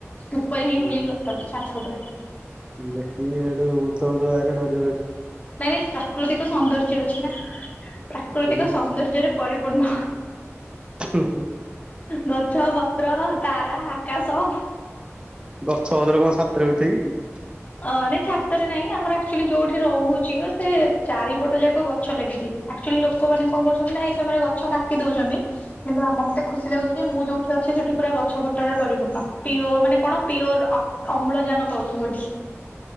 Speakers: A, on the left; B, on the right.
A: ଉପରେ ହିଁ
B: ହୁଁ
A: ବୁଲିକି କଥା ହେଉଛି ଛାତ ଉପରେ।
B: ଦେଖିକି ହେଇଠୁ ଭୁତଫୁତ ବାହାରିବ ଡରିବ ହେଇଠୁ।
A: ନାଇଁ ନାଇଁ ପ୍ରାକୃତିକ ସୌନ୍ଦର୍ଯ୍ୟ ଅଛି ନା ପ୍ରାକୃତିକ
B: ହୁଁ
A: ସୌନ୍ଦର୍ଯ୍ୟରେ ପରିପୂର୍ଣ୍ଣ।
B: ହୁଁ ହୁଁ।
A: ଗଛ, ପତ୍ର, ତାରା, ଆକାଶ।
B: ଗଛ ପତ୍ର ରେ କଣ। <unintelligible>
A: ଅ ନାଇଁ ଛାତରେ ନାଇଁ ଆମର ଆକ୍ଚୁଆଲି ଯୋଉଠି ରହୁଚି, ସେ ଚାରିପଟ ଯାକ ଗଛ ଲାଗିଛି। ଆକ୍ଚୁଆଲି ଲୋ ଲୋକମାନେ କଣ କରୁଛନ୍ତି ନା ଏଇ ସମୟରେ ଗଛ କାଟି ଦଉଛନ୍ତି। କିନ୍ତୁ ମତେ ଖୁସି ଲାଗୁଛି ଯେ ମୁଁ ଯୋଉଠି ଅ ଛି ସେଠି ପୁରା ଗଛ ପତ୍ରରେ ପରିପୂର୍ଣ୍ଣ ପିଓ ମାନେ କଣ ପିଓର ଅମ୍ଳଜାନ ପାଉଛି ମୁଁ ଏଠି।